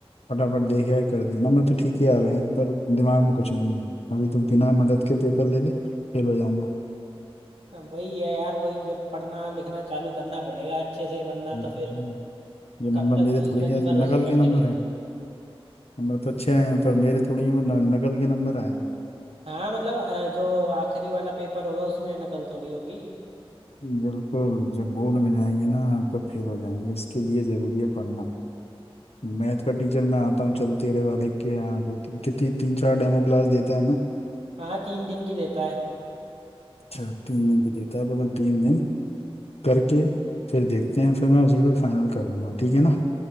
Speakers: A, on the left (about 85°); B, on the right (about 85°).
A: फटाफट देख यार कर दिया नंबर तो ठीक ही आ गए हैं पर दिमाग में कुछ नहीं है अभी तो बिना मदद के पेपर ले ले फेल हो जाऊंगा
B: वही है यार वही अब पढ़ना लिखना चालू करना पड़ेगा अच्छे से वरना
A: ये तो
B: तो फिर
A: है। ये नंबर
B: कब तक
A: मेरे
B: दूसरे
A: थोड़ी है
B: के भरोसे
A: नकल
B: बैठे
A: के नंबर
B: रहेंगे
A: है नंबर तो अच्छे आए हैं पर मेरे थोड़ी हैं वो न- नकल के नंबर आए हैं
B: हाँ मतलब अ, जो आखिरी वाला पेपर होगा उसमें नकल थोड़ी होगी
A: बिल्कुल जब बोर्ड में जाएंगे ना तो फेल हो जाएंगे इसके लिए जरूरी है पढ़ना मैथ का टीचर मैं आता हूँ चल तेरे वाले के यहाँ दो तीन कितनी तीन चार डेमो क्लास देता है ना
B: हाँ तीन दिन की देता है
A: अच्छा तीन दिन की देता है तो मैं तीन दिन करके फिर देखते हैं फिर मैं उसी पर फाइनल कर दूंगा ठीक है ना